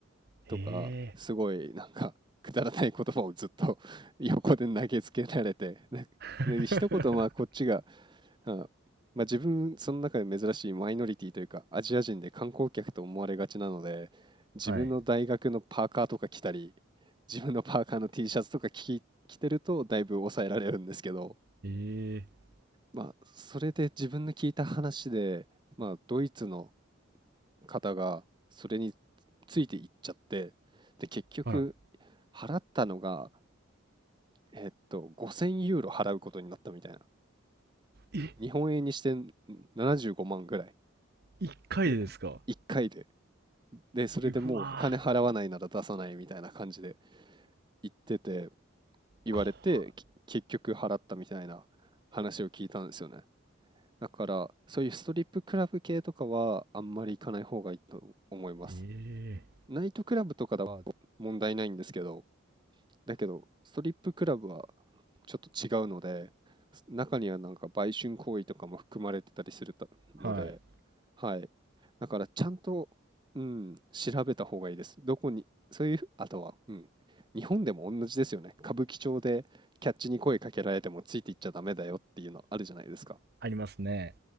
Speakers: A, on the right (about 50°); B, on the right (about 20°).
A: ええ
B: とか、すごいなんか、くだらない言葉をずっと <laughs> 横で投げつけられて、で、
A: <laughs>
B: で一言まあこっちが、あまあ、自分、その中で珍しいマイノリティというか、アジア人で観光客と思われがちなので、自分の大学のパーカーとか着たり、
A: はい。
B: 自分のパーカーの T シャツとか着、着てると、だいぶ抑えられるんですけど、
A: ええ
B: まあ、それで自分の聞いた話で、まあ、ドイツの方がそれについていっちゃって、で、結局
A: あら、
B: 払ったのが、えっと、5000ユーロ払うことになったみたいな。
A: え、
B: 日本円にしてななじゅうごまん75万ぐらい。
A: 一回でですか
B: で1回で。で、それでもう金払わないなら出さないみたいな感じで
A: うわ
B: 言ってて、言われて、
A: ー怖っ
B: き結局払ったみたいな話を聞いたんですよね。だから、そういうストリップクラブ系とかはあんまり行かない方がいいと思います。
A: ええ
B: ナイトクラブとかだは問題ないんですけど、だけど、ストリップクラブはちょっと違うので、す中にはなんか売春行為とかも含まれてたりするたので、
A: はい。
B: はい。だからちゃんと、うん、調べた方がいいです。どこに、そういうあとは、うん、日本でも同じですよね。歌舞伎町でキャッチに声かけられてもついていっちゃダメだよっていうのあるじゃないですか。
A: ありますね。